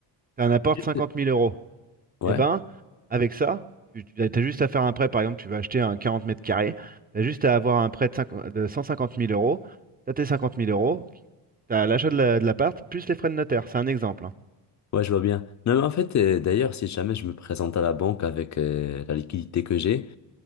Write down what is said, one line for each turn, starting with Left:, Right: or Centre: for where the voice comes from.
Right: t'as un apport
Left: juste-
Right: de cinquante mille euros.
Left: ouais,
Right: Et ben, avec ça, tu, tu as juste à faire un prêt, par exemple, tu vas acheter un 40 mètres carrés, tu as juste à avoir un prêt de, 50 de 150 000 euros, tu as tes cinquante mille euros, tu as l'achat de la- de l'appart, plus les frais de notaire, c'est un exemple. hein.
Left: ouais, je vois bien. Non, mais en fait, euh, d'ailleurs, si jamais je me présente à la banque avec euh, la liquidité que j'ai,